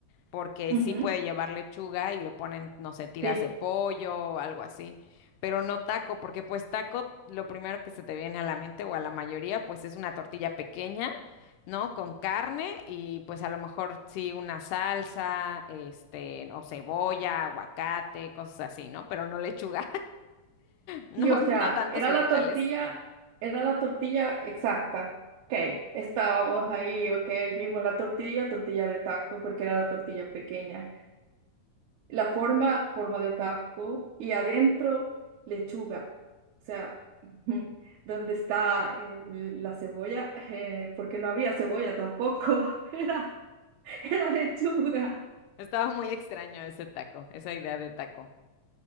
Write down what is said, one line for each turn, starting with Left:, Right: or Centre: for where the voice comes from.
Left: porque
Right: Ujú,
Left: sí puede llevar lechuga y le ponen, no sé, tiras
Right: Sí.
Left: de pollo o algo así, pero no taco, porque pues taco, lo primero que se te viene a la mente o a la mayoría, pues es una tortilla pequeña, ¿no? Con carne y pues a lo mejor sí una salsa, este, o cebolla, aguacate, cosas así, ¿no? Pero no lechuga. No,
Right: Sí, o
Left: no
Right: sea,
Left: tantos
Right: era
Left: vegetales.
Right: la tortilla, era la tortilla exacta. Ok, estábamos ahí, ok, vimos la tortilla, tortilla de taco, porque era la tortilla pequeña. La forma, forma de taco, y adentro, lechuga. O sea, <laughs> donde está el- la cebolla? <laughs> Eh, porque no había cebolla tampoco, <laughs> era, era lechuga.
Left: Estaba muy extraño ese taco, esa idea de taco.